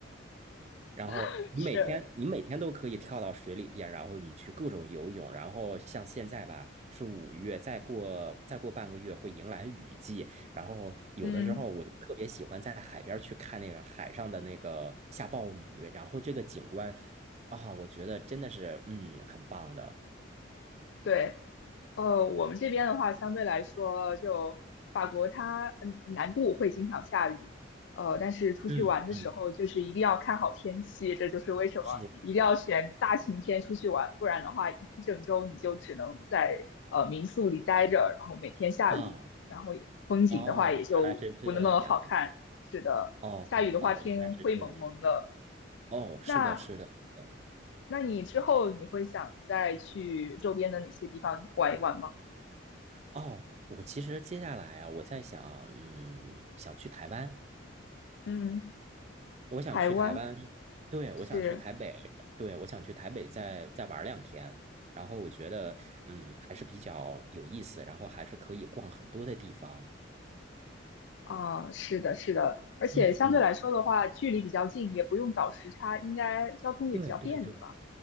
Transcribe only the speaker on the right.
然后你每天你每天都可以跳到水里边，
然后你去各种游泳，然后像现在吧是五月，再过再过半个月会迎来雨季，然后有的时候我就特别喜欢在海边去看那个海上的那个下暴雨，
然后这个景观啊，我觉得真的是嗯很棒的，
嗯嗯
是
啊
哦，原来是这样，
哦哦哦，
原来是这样，哦是的是的是的。
哦，我其实接下来啊，我在想，嗯，想去台湾，
我想去台湾，
对，我想去台北，
对，我想去台北再再玩两天。然后我觉得，嗯，还是比较有意思，然后还是可以逛很多的地方。
嗯嗯，
对对对